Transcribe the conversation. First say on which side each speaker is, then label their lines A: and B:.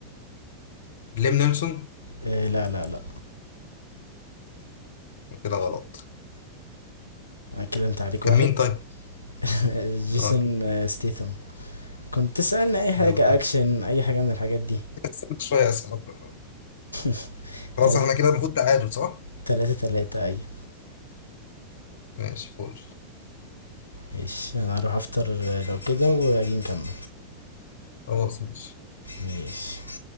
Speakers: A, on the left; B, on the left.
A: ليم نيلسون
B: آه لا لا لا
A: كده غلط
B: كده انت عليك
A: كان
B: واحد
A: مين طيب؟
B: <laughs> جيسون
A: اه كده
B: آه، ستيثم كنت تسألني اي حاجة
A: غلط
B: اكشن اي حاجة من الحاجات دي
A: استنى شوية اسأل أكتر
B: <laughs>
A: خلاص
B: تلاتة
A: احنا كده المفروض تعادل صح؟
B: تلاتة تلاتة اي <laughs>
A: ماشي فول
B: ماشي انا هروح افطر آه، لو كده واجي نكمل
A: خلاص ماشي
B: ماشي